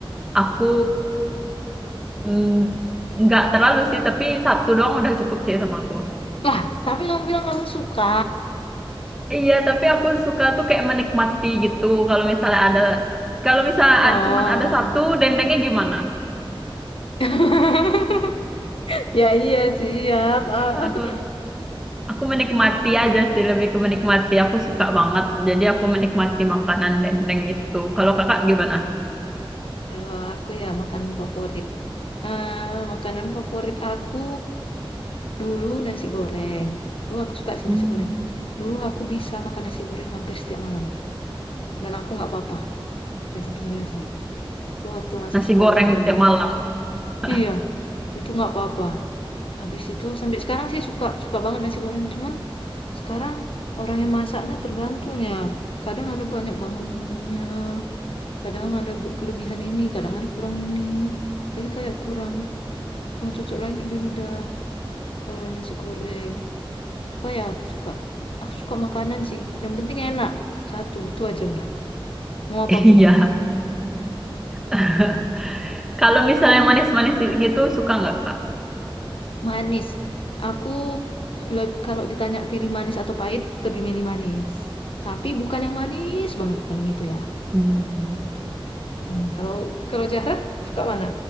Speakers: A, in the centre; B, on the left.
A: aku mm, nggak terlalu sih, tapi satu doang udah cukup sih sama aku.
B: Lah, tapi kamu bilang kamu suka.
A: Iya, tapi aku suka tuh kayak menikmati gitu. Kalau misalnya ada, kalau misalnya
B: Oh,
A: ada, cuman ada satu, dendengnya gimana?
B: <laughs> ya iya sih ya. Pak.
A: Ya, Aku, aku menikmati aja sih, lebih ke menikmati. Aku suka banget, jadi aku menikmati makanan dendeng itu. Kalau kakak gimana?
B: Kalau aku ya makanan favorit. Eh, makanan favorit aku dulu nasi goreng. Dulu aku suka sih
A: Hmm.
B: nasi goreng. Dulu aku bisa makan nasi goreng hampir setiap malam. Dan aku nggak apa-apa. Itu gila sih. Itu waktu masih
A: Nasi
B: sekolah
A: goreng
B: dulu.
A: tiap malam. <laughs>
B: Iya. itu nggak apa-apa habis itu sampai sekarang sih suka suka banget nasi goreng cuman sekarang orang yang masaknya tergantung ya kadang ada banyak banget bumbunya kadang ada ber- kelebihan ini kadang ada kurang ini jadi kayak kurang kurang cocok lagi di lidah kalau yang nasi goreng apa ya aku suka aku suka makanan sih yang penting enak satu itu aja udah mau apapun
A: Iya. <laughs> Kalau misalnya manis-manis gitu, suka nggak kak?
B: Manis. Aku le- kalau ditanya pilih manis atau pahit, lebih milih manis. Tapi bukan yang manis banget, bukan yang gitu ya.
A: Hmm.
B: Hmm, Kalau kalau Zahra suka mana?